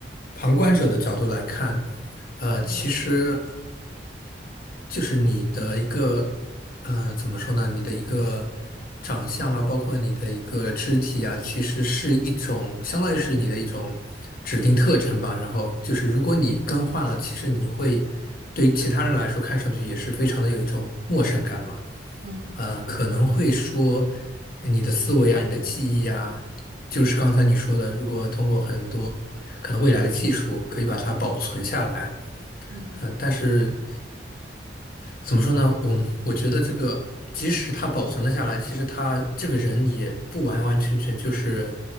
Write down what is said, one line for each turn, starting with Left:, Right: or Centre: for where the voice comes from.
Left: 旁观者的角度来看。呃，
Right: 嗯
Left: 其实就是你的一个，嗯、怎么说呢？你的一个长相啊，包括你的一个肢体啊，其实是一种，相当于是你的一种指定特征吧。然后就是，如果你更换了，其实你会对其他人来说看上去也是非常的有一种陌生感嘛。
Right: 嗯
Left: 啊，可能会说你的思维啊，你的记忆啊，就是刚才你说的，如果通过很多可能未来的技术可以把它保存下来，
Right: 嗯
Left: 嗯，但是。怎么说呢？我我觉得这个，即使他保存了下来，其实他这个人也不完完全全就是，